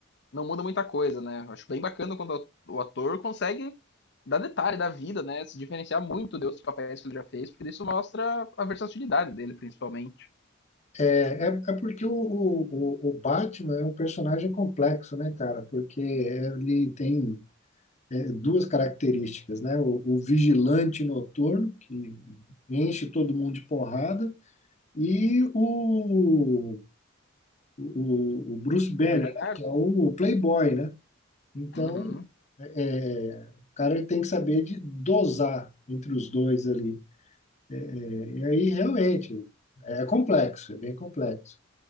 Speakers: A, on the left; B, on the left.
A: não muda muita coisa, né? Acho bem bacana quando o ator consegue dar detalhe da vida, né? Se diferenciar muito de outros papéis que ele já fez, porque isso mostra a versatilidade dele, principalmente.
B: É, é, é porque o, o, o o Batman é um personagem complexo, né, cara? Porque ele tem é, duas características, né? O, o vigilante noturno, que enche todo mundo de porrada, e o o, o Bruce Banner,
A: O bilionário.
B: né, que é o playboy, né? Então,
A: Uhum,
B: é, o cara ele tem que saber de dosar entre os dois ali. E aí, realmente, é complexo, é bem complexo.